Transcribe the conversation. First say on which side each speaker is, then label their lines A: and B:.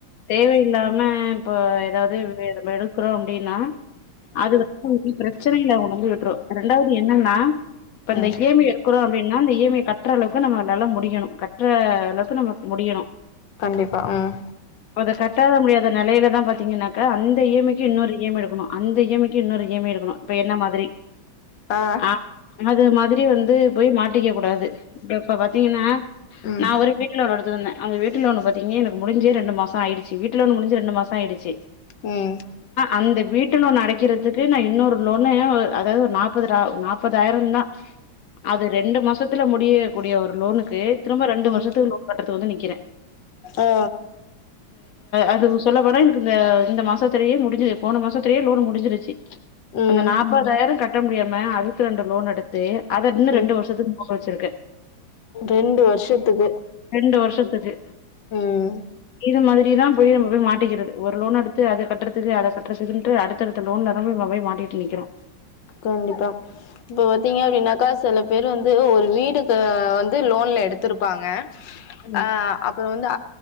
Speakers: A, on the left (about 85°); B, on the left (about 70°).
A: தேவையில்லாம இப்ப ஏதாவது வேற மெடல் இருக்குறோ அப்டின்னா அது வந்து பிரச்சனையில உன்ன வந்து விட்ரு ரெண்டாவது என்னன்னா இப்ப
B: ம்
A: இந்த இ எம் ஐ எடுக்குறோ அப்டின்னா இந்த இ எம் ஐ க ட்ற அளவுக்கு நம்ம அதால்ல முடியணு க ட்ற <unintelligible> முடியணு
B: கண்டிப்பா ம்
A: அத கட்ட முடியாத நெலையில தா பாத்தீங்கன்னா க அந்த இ எம் ஐக்கு இன்னொரு இ எம் ஐ எடுக் குன்னோ அந்த இ எம் ஐ க்கு இன்னொரு இ எம் ஐ எடுக்கணு இப்ப என்ன மாதிரி
B: ஆ
A: ஆஹ் அது மாதிரி வந்து போய் மாட்டிக்க கூடாது இப்ப பாத்தீங்கன்னா
B: ம்
A: நா ஒரு வீட்டு லோன் எடு த்துன்ன அந்த வீட்டு லோன் பாத்தீங்க எனக்கு முடிஞ்சி ரெண்டு மாச ஆயிடுச்சி வீட்டு லோன் முடிஞ்சி ரெண்டு மாச ஆயிடுச்சி
B: உம்
A: அந்த வீட்டு லோன் அடைக்கிறதுக்கு நா இன்னொரு லோனு அதாவது ஒரு நாப்பது ராவ் நாப்பத் தாயிரந்தா அது ரெண்டு மாசத்துல முடியக்கூடிய ஒரு லோனுக்கு திரும்ப ரெண்டு
B: ம்
A: வருஷத்துக்கு லோன் கட்டறத்து வந்து நிக்கிறே
B: ஆ
A: அது சொல்ல போன எனக்கு இந்த இந்த மாசத்துலேயே முடிஞ்சிரு போன மாசத்துலேயே லோன் முடிஞ்சிருச்சி
B: ம்
A: அந்த நாப்பதாயிர க ட்டமுடியாம அ த்து ரெண்டு லோன் எடுத்து அத இன்னு
B: ம்
A: ரெண்டு வருஷத்துக்கு போட்டு வச்சிருக்கு
B: ரெண்டு வருஷத்துக்கு
A: ரெண்டு வருஷத்துக்கு
B: ம்
A: இது மாரி இப்டிதா போய் நம்மபோய் மாட்டிக்கிறது ஒரு லோன் எடுத்து அத கட்டுறதுக்கு அத கட்டுறதுக்குன்ட்டு அடுத்த அடுத்த லோன்ல நமக்நாமே மாட்டீட்டு நிக்கிறோ
B: கண்டிப்பா இப்ப பாத்தீங்க அப்டின்னாக்கா சில பேர் வந்து ஒரு வீடுக்கா இப்ப வந்து லோன்ல எடுத்துருப்பாங்க
A: ம்
B: அஹ் அப்புற வ